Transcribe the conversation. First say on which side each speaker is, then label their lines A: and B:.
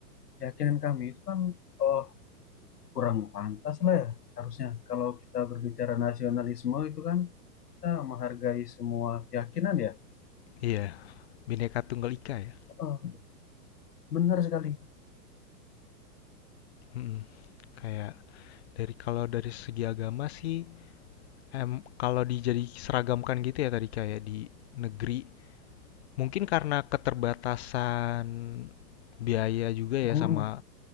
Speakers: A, on the left; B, on the left.
A: keyakinan kami. Itu kan eh, kurang pantas lah ya harusnya kalau kita berbicara nasionalisme itu kan kita menghargai semua keyakinan ya.
B: Iya, Bhinneka Tunggal Ika ya.
A: Heeh, benar sekali.
B: mm Kayak dari kalau dari segi agama sih em kalau dijadi seragamkan gitu ya tadi kayak di negeri mungkin karena keterbatasan biaya juga ya
A: Guru.
B: sama